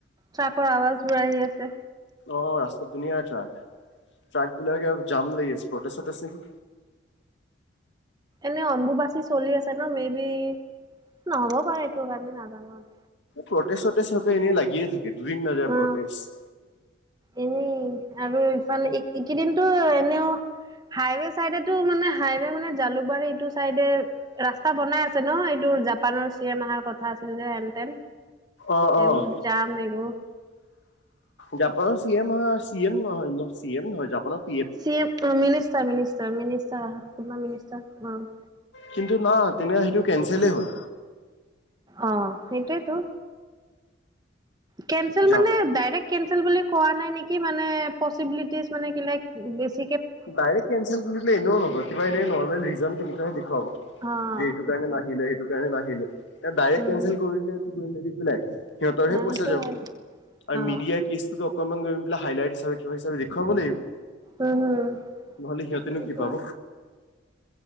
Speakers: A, on the right (about 20°); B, on the left (about 65°).
A: ট্ৰাকৰ আৱাজ ঘূৰা আহি আছে
B: অ ৰাস্তাত ধুনীয়া ট্ৰাক, ট্ৰাক বিলাকে আৰু জাম লাগি আছে ফটো চটো চি <inaudible>
A: মানে অম্বুবাচী চলি আছে ন মে বি নহ'ব পাৰে এইটো কাৰণে নাজানো আৰু
B: প্ৰটেষ্ট চটেষ্ট চবে এনেই লাগিয়ে থাকে দুদিন নাযায়
A: অ
B: প্ৰটেষ্ট
A: এনেই আৰু ইফালে এইকেইদিনটো এনেও হাইৱে চাইডেটো মানে হাইৱে মানে জালুকবাৰী এইটো চাইডে ৰাস্তা বনাই আছে ন এইটো জাপানৰ চিয়েম আহাৰ কথা আছিল যে হেনটেন।
B: অ', অ',
A: এইবোৰ জাম এইবোৰ
B: জাপানৰ চি এম অহা চি এম নহয় চি এম নহয় জাপানত
A: C M minister minister minister অহা <unintelligible>
B: কিন্তু না তেনে সেইটো কেনচলেই হ'ল।
A: অ সেইটোৱেইতো। কেনচেল
B: জাপ
A: মানে ডাৰক্ট কেনচেল বুলি কোৱা নাই নেকি? কি মানে পচিবিলিটিজ মানে কিলে বেছি
B: ডাইৰেক্ট কেনচেল বোলিলে এনেও নহয় কিবা এনেই নৰ্মেল ৰিজন তেনেকুৱাে দেখুৱাব।
A: অ
B: যে এইটো
A: সেইটোৱে
B: কাৰণে নাহিলে সেইটো কাৰণে নাহিলে। ডাইৰেক্ট
A: উম
B: কেনচেল
A: হুম
B: কৰি দিলে <unintelligible> দি পেলাই সিহঁতৰহে
A: অ
B: পইচা
A: সেইটো
B: যাব
A: হয়
B: আৰু
A: অ
B: মিডিয়াৰ কেছটোতো অকনমান গম পেলাই হাইলাইট হিচাপে কিবা হিচাপে দেখুৱাব লাগিব।
A: উম হুম
B: নহলে সিহঁতেনো
A: সেইটো
B: কি পাব